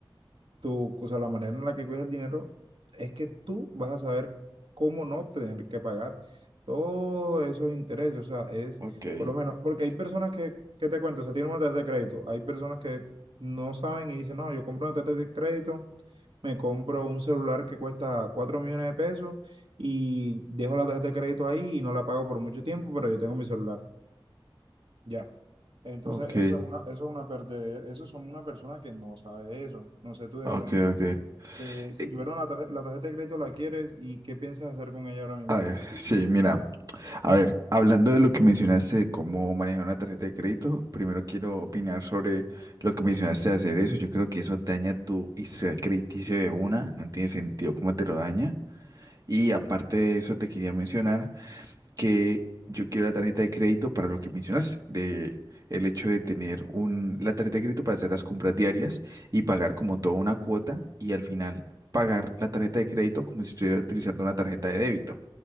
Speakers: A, on the right; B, on the right.
A: tu, o sea, la manera en la que cuidas el dinero es que tú vas a saber cómo no tener que pagar todos esos intereses, o sea, es
B: Ok.
A: por lo menos, porque hay personas que, ¿qué te cuento? O sea, tienen una tarjeta de crédito, hay personas que no saben y dicen, no, yo compro una tarjeta de crédito, me compro un celular que cuesta 4 millones de pesos y dejo la tarjeta de crédito ahí y no la pago por mucho tiempo, pero yo tengo mi celular, ya. Entonces,
B: Ok,
A: eso es una, eso es una perdedera, eso son una persona que no sabe de eso. No sé tú de
B: ok,
A: pronto
B: ok.
A: eh, si
B: Eh,
A: tuviera una tarje- la tarjeta de crédito, ¿la quieres y qué piensas hacer con ella ahora mismo?
B: A ver, sí, mira, a ver, hablando de lo que mencionaste de cómo manejar una tarjeta de crédito, primero quiero opinar sobre lo que mencionaste de hacer eso. Yo creo que eso daña tu historial crediticio de una, no tiene sentido cómo te lo daña. Y aparte de eso, te quería mencionar que yo quiero la tarjeta de crédito para lo que mencionaste, de el hecho de tener un, la tarjeta de crédito para hacer las compras diarias y pagar como toda una cuota y al final pagar la tarjeta de crédito como si estuviera utilizando una tarjeta de débito.